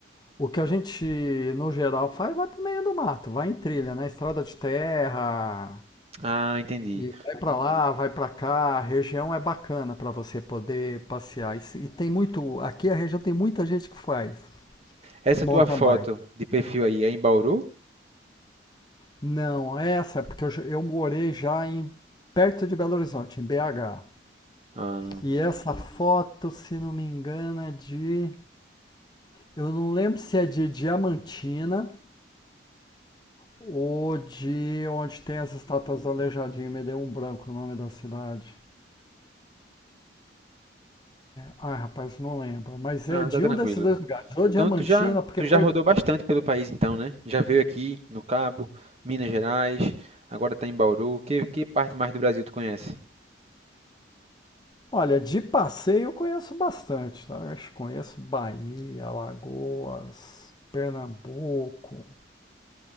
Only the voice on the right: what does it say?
Ah, entendi.
Essa
tua foto
de perfil aí é em Bauru?
Ah,
ah,
tá tranquilo.
Então tu já,
tu
já rodou bastante pelo país então, né? Já veio aqui no Cabo, Minas Gerais, agora tá em Bauru. Que, que parte mais do Brasil tu conhece?